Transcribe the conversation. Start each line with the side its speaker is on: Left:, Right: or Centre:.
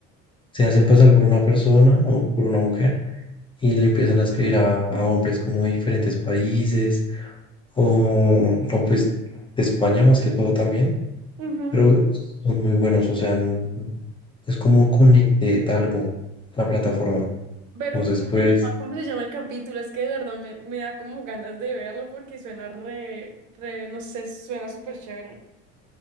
Left: se hacen pasar por una persona o por una mujer y le empiezan a escribir a, a hombres como de diferentes países o, o pues de España más que todo también,
Right: Ujú.
Left: pero son muy buenos, o sea, n- es como Connected algo, la plataforma.
Right: Pero
Left: Entonces,
Right: ¿cómo
Left: pues,
Right: se llama? ¿Cómo se llama el capítulo? Es que de verdad me, me da como ganas de verlo porque suena re, re, no sé, suena súper chévere.